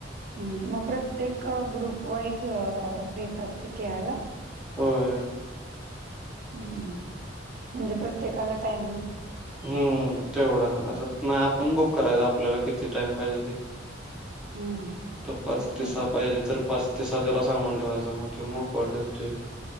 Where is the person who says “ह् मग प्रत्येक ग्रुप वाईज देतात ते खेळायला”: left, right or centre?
Right